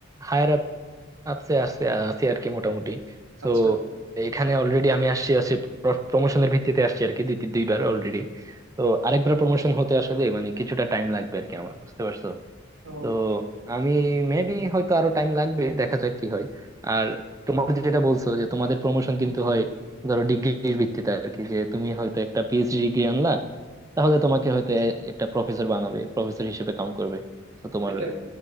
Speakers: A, on the right; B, on the right.
A: হায়ার আপ আপসে আসছে আছি আর কি মোটামুটি তো
B: আচ্ছা
A: এখানে অলরেডি আমি আসছি আসছি প্রমোশনের ভিত্তিতে আসছি আর কি দুই তিন- দুইবার অলরেডি তো আরেকবার প্রমোশন হতে আসলে মানে কিছুটা টাইম লাগবে আর কি আমার বুঝতে পারছো
B: ও
A: তো আমি মেবি হয়তো আরো টাইম লাগবে দেখা যাক কি হয় আর তোমার যেটা বলছো যে তোমাদের প্রমোশন কিন্তু হয় ধরো ডিগ্রির ভিত্তিতে আর কি যে তুমি হয়তো একটা পিএইচডি ডিগ্রি আনলা তাহলে তোমাকে হয়তো এ- একটা প্রফেসর বানাবে প্রফেসর হিসেবে কাউন্ট করবে তো তোমার
B: এটাই